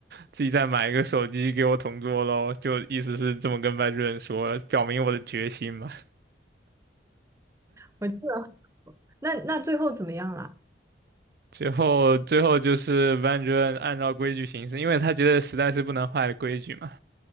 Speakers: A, on the right; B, on the right.
A: 自己再买一个手机给我同桌喽，就意思是这么跟班主任说，表明我的决心嘛。
B: 我记得那那最后怎么样了？
A: 最后，最后就是班主任按照规矩行事，因为他觉得实在是不能坏了规矩嘛。